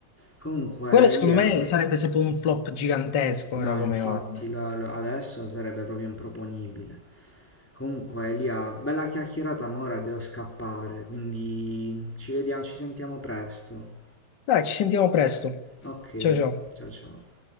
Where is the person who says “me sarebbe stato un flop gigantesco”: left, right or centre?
Left